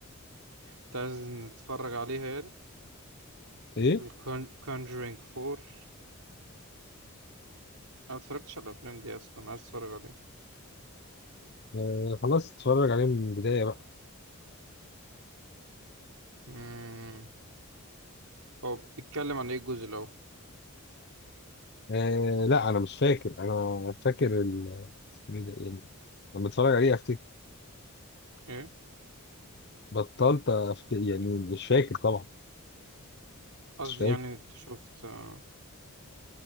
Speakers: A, on the right; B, on the left.
A: انت عايز نتفرج عليها يعني
B: إيه؟
A: الكونجرينج فور انا ما اتفرجتش على الافلام دي اصلا عايز اتفرج عليها
B: آه خلاص اتفرج عليه من البداية بقى
A: امم هو بيتكلم عن ايه الجزء الاول
B: آه لا أنا مش فاكر أنا فاكر ال- اسمه إيه ده يعني لما اتفرج عليه أفتكر
A: ايه
B: بطلت أفتكر يعني مش فاكر طبعا
A: قصدي
B: مش فاكر
A: يعني انت شفت آه،